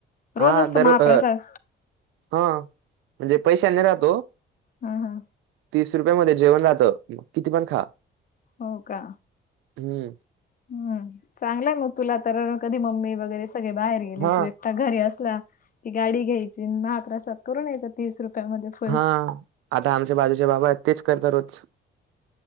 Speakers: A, on the right; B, on the left.
A: हा.
B: रोज असतो
A: दर
B: महाप्रसाद
A: अ- हा. म्हणजे पैशाने राहतो.
B: हा हा
A: तीस रुपया मध्ये जेवण राहतं. किती पण खा.
B: हो का?
A: हम्.
B: हम्. चांगलय मग तुला तर कधी मम्मी वगैरे सगळे बाहेर गेले.
A: हा
B: तू- एकटा घरी असला की गाडी घ्यायची महाप्रसाद करून यायचा तीस रुपयामध्ये. फुल
A: हा. आता आमच्या बाजूचे बाबा आहेत तेच करता रोज.